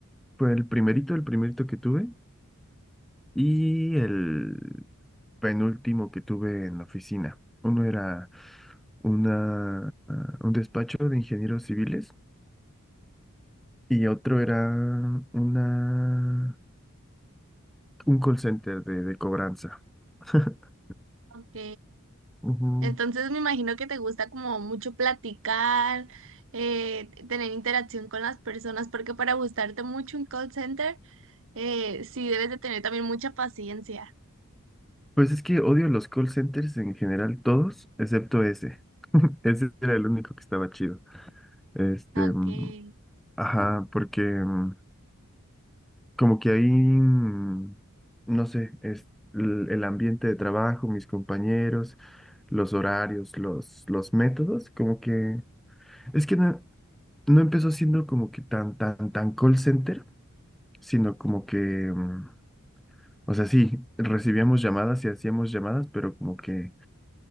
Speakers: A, in the centre; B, on the right.
A: fue el primerito, el primerito que tuve y el penúltimo que tuve en la oficina. Uno era una, ah, un despacho de ingenieros civiles y otro era una Un call center de, de cobranza. <laughs>
B: Ok.
A: Ujú.
B: Entonces me imagino que te gusta como mucho platicar, eh, tener interacción con las personas, porque para gustarte mucho un call center Eh, sí, debes de tener también mucha paciencia.
A: Pues es que odio los call centers en general, todos, excepto ese. <laughs> Ese era el único que estaba chido. Este,
B: Ah,
A: mm,
B: Okay.
A: ajá, porque mm, como que ahí, mm, no sé, es l- el, ambiente de trabajo, mis compañeros, los horarios, los, los métodos, como que, es que no, no empezó siendo como que tan, tan, tan call center, sino como que... mm, O sea, sí, recibíamos llamadas y hacíamos llamadas, pero como que